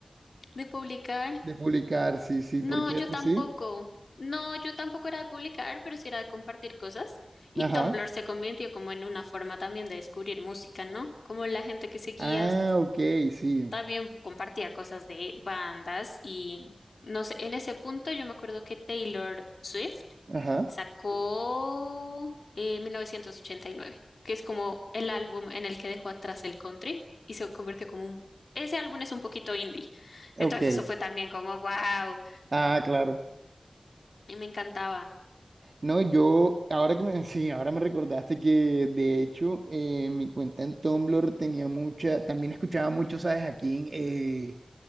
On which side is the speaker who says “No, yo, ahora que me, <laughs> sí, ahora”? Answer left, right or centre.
Right